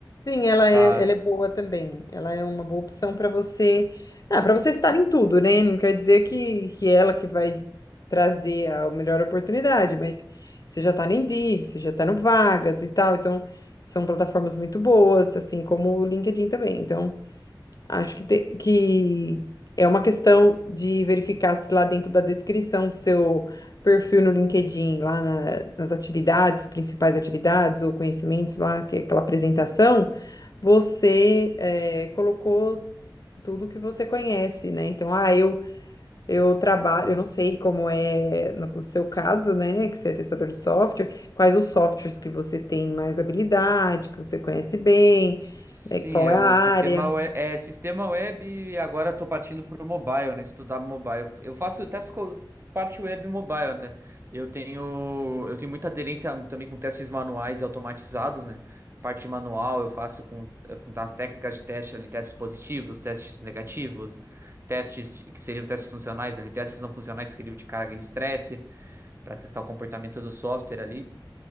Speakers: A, on the left; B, on the right.
A: Sim, ela é,
B: tá.
A: ela é boa também. Ela é uma boa opção para você. Ah, para você estar em tudo, né? Não quer dizer que, que ela que vai trazer a melhor oportunidade, mas você já está no Indeed, você já está no Vagas e tal. Então, são plataformas muito boas, assim como o LinkedIn também. Então. Acho que, te- que é uma questão de verificar se lá dentro da descrição do seu perfil no LinkedIn, lá na- nas atividades, principais atividades ou conhecimentos lá, que é aquela apresentação, você eh, colocou tudo que você conhece, né? Então, ah, eu, eu trabalho, eu não sei como é no seu caso, né, que você é testador de software, quais os softwares que você tem mais habilidade, que você conhece bem,
B: Sim,
A: né, qual
B: é
A: é a
B: o
A: área.
B: sistema web, é sistema web e agora estou partindo para o mobile, né? Estudar mobile. Eu faço testes com parte web e mobile, né? Eu tenho eu tenho muita aderência também com testes manuais e automatizados, né? Parte manual eu faço com, com as técnicas de teste ali, testes positivos, testes negativos, testes de- que seriam testes funcionais ali, testes não funcionais que seriam de carga e estresse para testar o comportamento do software ali